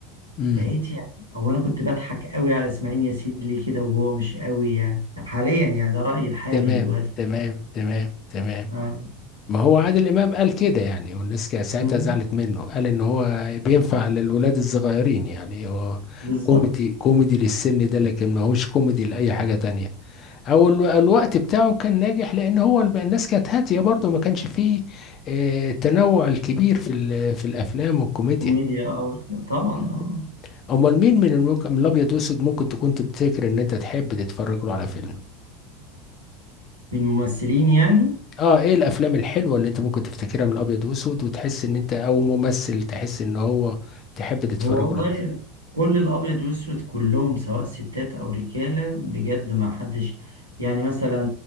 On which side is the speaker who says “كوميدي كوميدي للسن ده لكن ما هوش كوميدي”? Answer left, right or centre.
Left